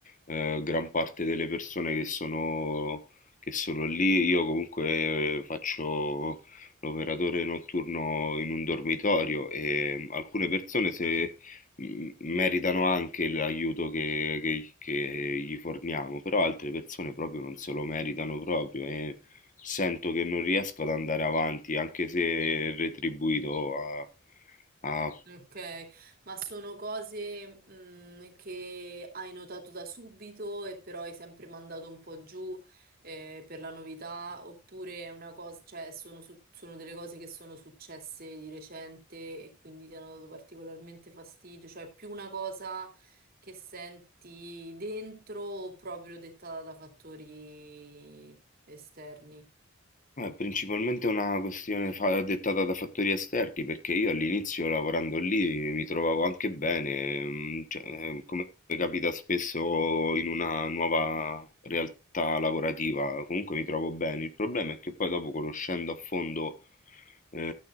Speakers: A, on the left; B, on the right.
A: eh, gran parte delle persone che sono, che sono lì. Io comunque eh, faccio l'operatore notturno in un dormitorio e alcune persone se m- meritano anche l'aiuto che, che- che gli forniamo, però altre persone proprio non se lo meritano proprio e sento che non riesco ad andare avanti, anche se retribuito a, a-
B: Ok, ma sono cose, mm, che hai notato da subito e però hai sempre mandato un po' giù, eh, per la novità, oppure è una cosa, cioè sono, su- sono delle cose che sono successe di recente e quindi ti hanno dato particolarmente fastidio, cioè è più una cosa che senti dentro o proprio dettata da fattori esterni?
A: No, È principalmente una questione fa- dettata da fattori esterni, perché io all'inizio lavorando lì mi trovavo anche bene, mm, cioè, eh, come capita spesso in una nuova realtà lavorativa, comunque mi trovo bene. Il problema è che poi dopo conoscendo a fondo eh,